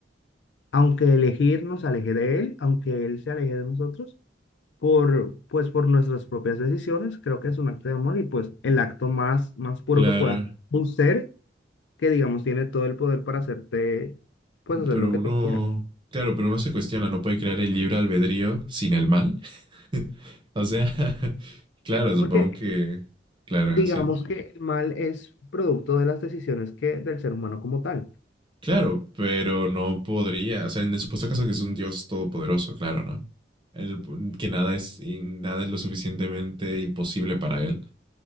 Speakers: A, on the left; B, on the right.
A: aunque elegir nos aleje de él, aunque él se aleje de nosotros, por, pues por nuestras propias decisiones, creo que es un acto de amor y pues el acto más, más puro
B: Claro,
A: que pueda. Un ser que, digamos, tiene todo el poder para hacerte, pues hacer
B: pero
A: lo que
B: uno,
A: tú quieras.
B: claro, pero uno se cuestiona, no puede crear el libre albedrío sin el mal. <laughs> O sea, <laughs> claro,
A: No,
B: supongo
A: porque
B: que, claro,
A: digamos
B: sí.
A: que el mal es producto de las decisiones que del ser humano como tal.
B: Claro, pero no podría, o sea, en el supuesto caso que es un Dios todopoderoso, claro, ¿no? El- que nada es, y nada es lo suficientemente imposible para él.